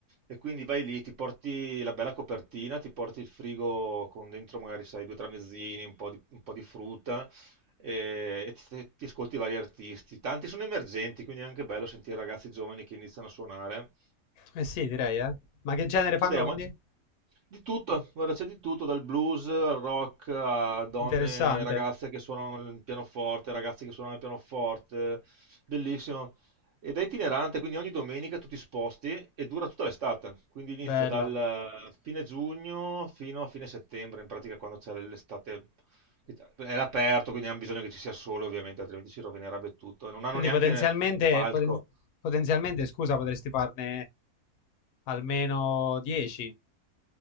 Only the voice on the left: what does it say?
Eh sì, direi, eh. Ma che genere fanno
quindi?
Interessante.
Bello.
Quindi
potenzialmente,
poten- potenzialmente, scusa, potresti farne almeno 10.